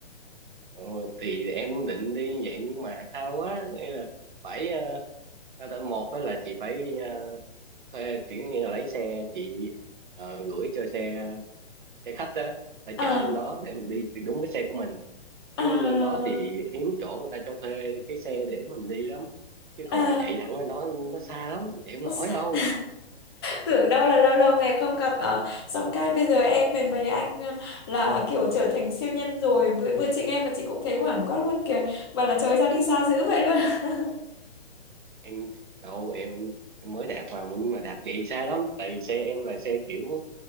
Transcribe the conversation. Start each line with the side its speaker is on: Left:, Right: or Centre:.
Right: ờ, thì em định đi vậy nhưng mà xa quá hay là phải ờ, sao ta một đó là chị phải ờ, thuê chỉ như là lấy xe chị ờ, gửi cho xe ờ, xe khách á đã
Left: À,
Right: chở lên đó để mình đi đúng cái xe của mình chứ
Left: à,
Right: lên đó thì hiếm chỗ người ta cho thuê cái xe để mình đi lắm chứ còn
Left: à,
Right: mà chạy thẳng lên đó nó xa lắm chạy không nổi
Left: <laughs>
Right: đâu
Left: tưởng đâu là lâu lâu ngày không gặp ở xong cái bây giờ em với mấy anh ờ, là kiểu trở thành siêu nhân rồi bữa bữa chị nghe mà chị cũng thấy hoảng quá luôn kìa bảo là trời ra đi xa dữ vậy luôn <laughs>
Right: em đâu em em mới đạp mà nhưng mà đạp vậy xa lắm tại vì xe em là xe kiểu